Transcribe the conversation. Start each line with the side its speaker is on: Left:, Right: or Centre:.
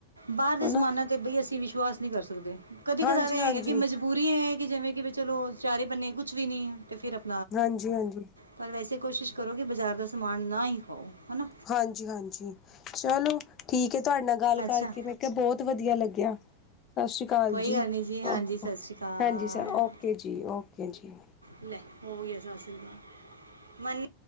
Right: ਬਾਹਰ ਦੇ
Left: ਹੈ
Right: ਸਮਾਨਾਂ
Left: ਨਾ
Right: ਤੇ ਬਈ ਅਸੀਂ ਵਿਸ਼ਵਾਸ ਨਹੀਂੀ ਕਰ ਸਕਦੇ ਕਦੇ
Left: ਹਾਂਜੀ-ਹਾਂਜੀ,
Right: ਕਦਾਰ ਇਹ ਹੈਗਾ ਕਿ ਮਜਬੂਰ ਪੂਰੀ ਹੈ ਕਿ ਜਿਵੇਂ ਕਿ ਵੀ ਚਲੋ ਵਿਚਾਰੇ ਬੰਨੇ ਕੁਛ ਵੀ ਨਹੀਂ ਅਤੇ ਫਿਰ ਆਪ
Left: ਹਾਂਜੀ ਹਾਂਜੀ
Right: ਪਰ ਵੈਸੇ ਕੋਸ਼ਿਸ਼ ਕਰੋ ਕਿ ਬਾਜ਼ਾਰ ਦਾ ਸਮਾਨ ਨਾ ਹੀ ਖਾਓ ਹਨਾ
Left: ਹਾਂਜੀ-ਹਾਂਜੀ ਚਲੋ ਠੀਕ ਹੈ ਤੁਹਾਡੇ ਨਾਲ ਗੱਲ ਕਰਕੇ
Right: ਅੱਛਾ
Left: ਮੈਂ ਕਿਹਾ ਬਹੁਤ ਵਧੀਆ ਲੱਗਿਆ ਸਤਿ ਸ਼੍ਰੀ ਅਕਾਲ
Right: ਕੋਈ
Left: ਜੀ
Right: ਗੱਲ ਨਹੀਂ ਹਾਂਜੀ
Left: ਭਣ
Right: ਸਤਿ ਸ਼੍ਰੀ ਅਕਾਲ
Left: ਜੀ ਓਕੇ ਜੀ ਓਕੇ ਜੀ
Right: ਲੈ ਹੋ ਯ ਸ ਅਸ਼ੀਰਵਾਦ ਨਲੇ